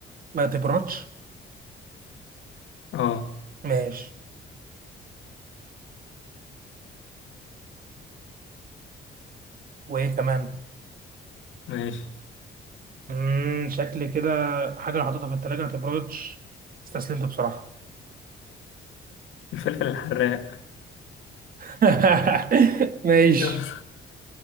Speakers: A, on the right; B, on the left.
A: ما تبردش
B: اه
A: ماشي وايه كمان
B: ماشي
A: امم شكل كده حاجه اللي حاططها في التلاجة ما تبردش استسلمت بصراحه
B: الفلفل الحراق
A: <laughs> ماشي
B: يلا.